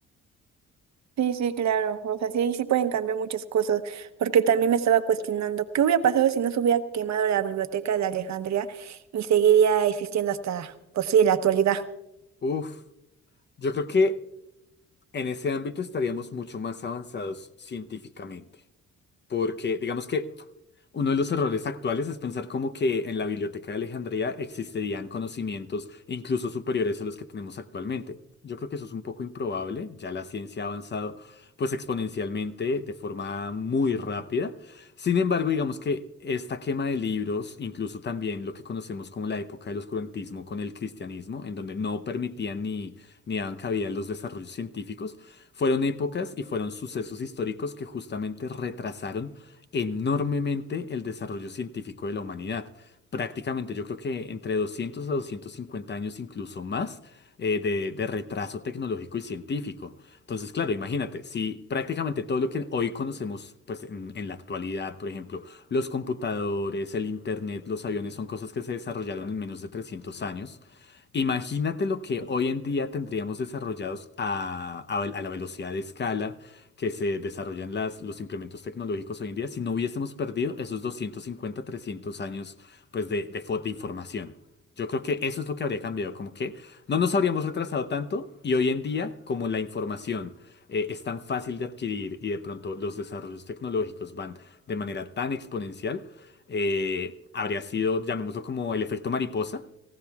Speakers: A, on the right (about 65°); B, on the left (about 35°).
A: Sí, sí, claro. O sea, sí, sí pueden cambiar muchas cosas, porque también me estaba cuestionando qué hubiera pasado si no se hubiera quemado la biblioteca de Alejandría y seguiría existiendo hasta, pues sí, la actualidad.
B: Uf, yo creo que en ese ámbito estaríamos mucho más avanzados científicamente. Porque digamos que uno de los errores actuales es pensar como que en la Biblioteca de Alejandría existirían conocimientos incluso superiores a los que tenemos actualmente. Yo creo que eso es un poco improbable, ya la ciencia ha avanzado pues exponencialmente de forma muy rápida. Sin embargo, digamos que esta quema de libros, incluso también lo que conocemos como la época del oscurantismo con el cristianismo, en donde no permitían ni, ni daban cabida a los desarrollos científicos, fueron épocas y fueron sucesos históricos que justamente retrasaron enormemente el desarrollo científico de la humanidad. Prácticamente yo creo que entre 200 a 250 años, incluso más, eh, de, de retraso tecnológico y científico. Entonces, claro, imagínate, si prácticamente todo lo que hoy conocemos, pues en, en la actualidad, por ejemplo, los computadores, el internet, los aviones son cosas que se desarrollaron en menos de 300 años, Imagínate lo que hoy en día tendríamos desarrollados a, a- a la velocidad de escala que se desarrollan las, los implementos tecnológicos hoy en día si no hubiésemos perdido esos 250, 300 años pues, de, de, fo- de información. Yo creo que eso es lo que habría cambiado, como que no nos habríamos retrasado tanto y hoy en día, como la información eh, es tan fácil de adquirir y de pronto los desarrollos tecnológicos van de manera tan exponencial, eh, habría sido, llamémoslo como el efecto mariposa